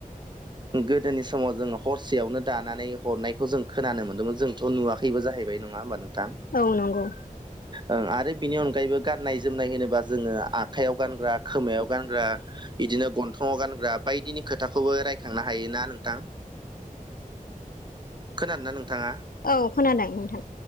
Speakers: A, on the right; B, on the left.
A: गोदोनि समाव जोङो हर सेयावनो दानानै हरनायखौ जों खोनानो मोन्दोंमोन जोंथ' नुवाखैबो जाहैबाय नङा होमबा नों थां
B: औ नंगौ
A: ओं आरो बिनि अनगायैबो गाननाय जोमनाय होनोबा जोङो आखायाव गानग्रा खोमायाव गानग्रा बिदिनो गन्थङाव गानग्रा बायदिनि खोथाखौबो रायखांनो हायोना नोंथां खोनादोंना नोंथाङा
B: औ खोनादों नोंथां